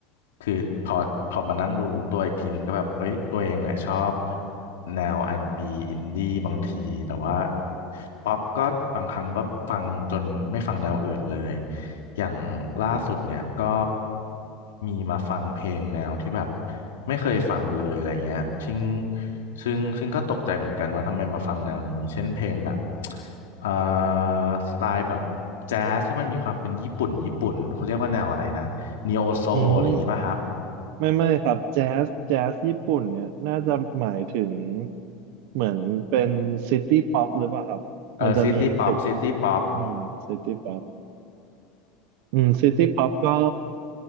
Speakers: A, on the left; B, on the right.
A: คือพอพอมานั่งดูรู้ตัวอีกทีนึงก็แบบเอ้ยตัวเองเนี่ยชอบแนวอาร์แอนด์บีอินดี้บางทีแต่ว่าป๊อปก็บางครั้งก็ฟังจนไม่ฟังแนวอื่นเลย อย่างล่าสุดเนี่ยก็มีมาฟังเพลงแนวที่แบบไม่เคยฟังเลยอะไรเงี้ยซึ่งซึ่งซึ่งก็ตกใจเหมือนกันว่าทำไมมาฟังแนวนี้ เช่นเพลงแบบเอ่อสไตล์แบบแจ๊สที่มันมีความเป็นญี่ปุ่นญี่ปุ่นเขาเรียกว่าแนวอะไรนะนีโอโซอะไรอย่างงี้ป่ะครับ
B: อืมไม่ไม่ครับแจ๊สแจ๊สญี่ปุ่นเนี่ยน่าจะหมายถึงเหมือนเป็นซิตี้ป๊อปหรือเปล่าครับ
A: เออซิตี้ป๊อปซิตี้ป๊อป
B: มันจะมีติด อืมซิตี้ป๊อปอืมซิตี้ป๊อปก็